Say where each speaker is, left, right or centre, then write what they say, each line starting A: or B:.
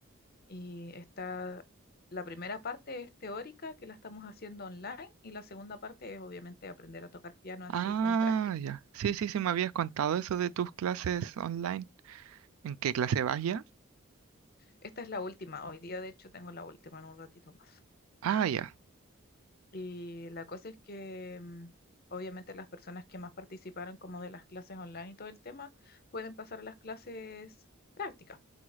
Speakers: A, on the left; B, on the right.
A: y está la primera parte es teórica, que la estamos haciendo online, y la segunda parte es obviamente aprender a tocar piano así
B: Ah,
A: con práctica.
B: ya. Sí, sí, sí, me habías contado eso de tus clases online. ¿En qué clase vas ya?
A: Esta es la última, hoy día de hecho tengo la última en un ratito más.
B: Ah, ya,
A: Y la cosa es que mm, obviamente las personas que más participaron como de las clases online y todo el tema pueden pasar a las clases prácticas,